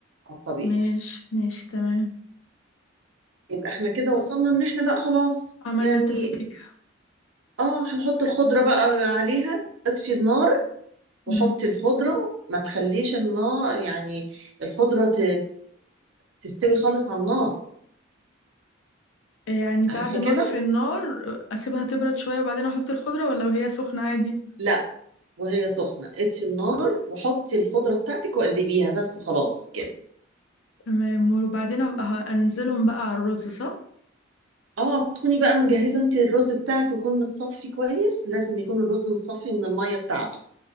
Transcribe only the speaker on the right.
على الطبيخ
يبقى احنا كده وصلنا ان احنا بقى خلاص
يعني
اه هنحط الخضرة بقى عليها اطفي النار وحطي
الخضرة ما تخليش النار يعني الخضرة ت... تستوي خالص على النار
عارفة
كده؟
لا وهي سخنة اطفي النار وحطي الخضرة بتاعتك وقلبيها بس خلاص كده
اه تكوني بقى مجهزة انت الرز بتاعك يكون متصفي كويس لازم يكون الرز متصفي من المية بتاعته